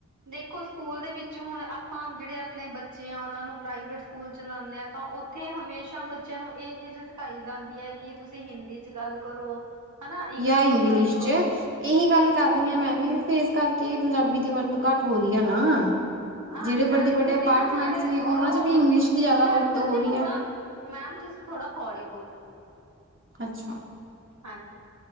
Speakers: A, on the right; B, on the right.
A: ਦੇਖੋ ਸਕੂਲ ਦੇ ਵਿੱਚ ਹੁਣ ਆਪਾਂ ਹੁਣ ਜਿਹੜੇ ਆਪਣੇ ਬੱਚੇ ਆ, ਉਹਨਾਂ ਨੂੰ ਪ੍ਰਾਈਵੇਟ ਸਕੂਲ 'ਚ ਲਾਉਂਦੇ ਆ ਤਾਂ ਉੱਥੇ ਹਮੇਸ਼ਾ ਬੱਚਿਆਂ ਨੂੰ ਇਹ ਚੀਜ਼ ਸਿਖਾਈ ਜਾਂਦੀ ਐ ਕਿ ਤੁਸੀਂ ਹਿੰਦੀ 'ਚ ਗੱਲ ਕਰੋ। ਹਨਾ ਇੰਗਲਿਸ਼
B: ਜਾਂ ਇੰਗਲਿਸ਼'ਚ
A: ਚ ਗੱਲ ਕਰੋ
B: ਇਹੀ ਗੱਲ ਕਰ ਰਹੀ ਆ ਮੈਂ ਵੀ। ਫਿਰ ਇਸ ਕਰਕੇ ਪੰਜਾਬੀ ਦੀ ਵਰਤੋਂ ਘੱਟ ਹੋ ਰਹੀ ਆ ਨਾ।
A: ਹਾਂਜੀ-ਹਾਂਜੀ
B: ਜਿਹੜੇ ਵੱਡੇ-ਵੱਡੇ
A: ਤੁਸੀਂ
B: ਅਪਾਰਟਮੈਂਟਸ
A: ਨਾ ਨਾਲੇ
B: ਨੇ ਉਹਨਾਂ
A: ਥੋੜਾ
B: ਚ
A: ਹੋਲੀ,
B: ਵੀ ਇੰਗਲਿਸ਼ ਦੀ ਜ਼ਿਆਦਾ
A: ਮੈਮ
B: ਵਰਤੋਂ
A: ਤੁਸੀਂ
B: ਹੋ ਰਹੀ
A: ਥੋੜਾ
B: ਆ।
A: ਮੈਮ ਤੁਸੀਂ ਥੋੜਾ ਹੋਲੀ ਬੋਲੋ।
B: ਅੱਛਾ।
A: ਹਾਂਜੀ